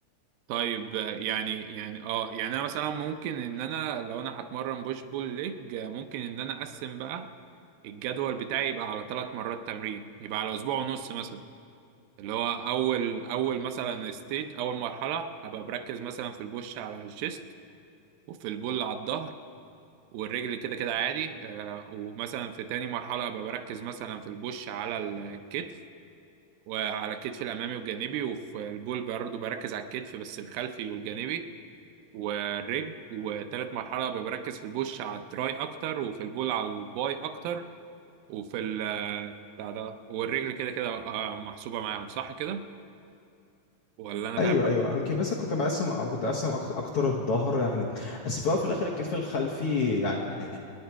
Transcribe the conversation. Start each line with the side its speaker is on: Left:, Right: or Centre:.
Right: طيب آه، يعني يعني اه يعني انا مثلا ممكن ان انا لو انا هتمرن بوش بول ليج آه، ممكن ان انا اقسم بقى الجدول بتاعي يبقى على ثلاث مرات تمرين يبقى على اسبوع ونص مثلا اللي هو اول اول مثلا ستيج اول مرحله هبقى بركز مثلا في البوش على الشيست وفي البول على الظهر والرجل كده كده عادي آه، ومثلا في تاني مرحله هبقى بركز مثلا في البوش على الكتف وعلى الكتف الامامي والجانبي وفي البول برضه بركز على الكتف بس الخلفي والجانبي والرجل وتالت مرحله هبقى بركز في البوش على التراي اكتر وفي البول على الباي اكتر وفي ال آه، بتاع ده والرجل كده كده آه، محسوبه معاهم صح كده ولا انا فاهم
Left: ايوه ايوه يمكن بس كنت مقسم أو كنت مقسم أكت- اكتر الظهر يعني بس في الأول وفي الاخر الكتف الخلفي يعني